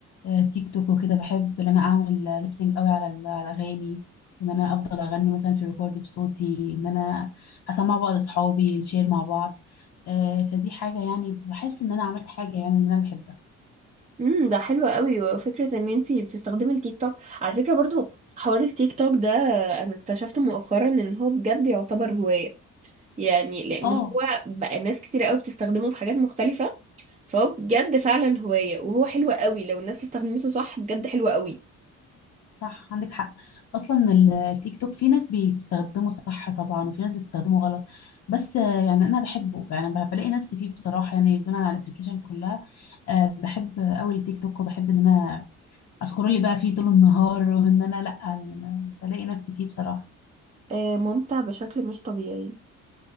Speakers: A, on the left; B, on the right.
A: آه، تيك توك وكده بحب ان انا اعمل ليبسينج قوي على ال- على الاغاني ان انا افضل اغني مثلا في ريكورد بصوتي ان انا اسمع بعض اصحابي نشير مع بعض آه، فدي حاجه يعني بحس ان انا عملت حاجه يعني ان انا بحبها
B: امم ده حلو قوي وفكرة ان انتي بتستخدمي التيك توك على فكرة برضو حوار التيك توك ده انا اكتشفت مؤخرا ان هو بجد يعتبر هواية يعني لان
A: اه
B: هو بقى ناس كتير قوي بتستخدمه في حاجات مختلفة فهو بجد فعلا هواية وهو حلو قوي لو الناس استخدمته صح بجد حلو قوي
A: صح عندك حق اصلا ال- التيك توك في ناس بتستخدمه صح طبعا وفي ناس بتستخدمه غلط بس آه، يعني انا بحبه يعني ب- بلاقي نفسي فيه بصراحه يعني دونا على الابلكيشن كلها آه، بحب قوي التيك توك وبحب ان انا اسكرول اللي بقى فيه طول النهار وان انا لا يعني أنا بلاقي نفسي فيه بصراحه
B: آه ممتع بشكل مش طبيعي